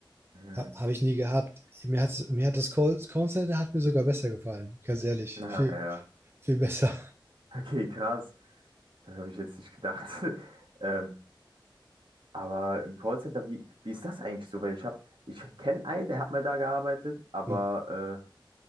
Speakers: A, on the right (about 75°); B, on the right (about 30°).
A: Hm.
B: Ha, habe ich nie gehabt. Mir hat, mir hat das Call, Callcenter hat mir sogar besser gefallen, ganz ehrlich.
A: Ah,
B: Viel,
A: ja.
B: viel besser.
A: Okay, krass. Das habe ich jetzt nicht gedacht. <laughs> Ähm, Aber im Callcenter, wie, wie ist das eigentlich so? Weil ich habe, ich kenne einen, der hat mal da gearbeitet, aber
B: Hm.
A: äh,